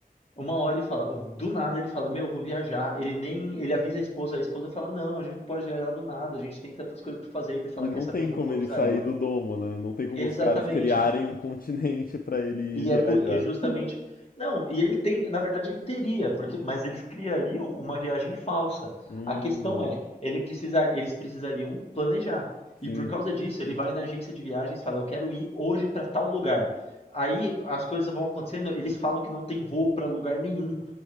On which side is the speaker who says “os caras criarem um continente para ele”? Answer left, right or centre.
Left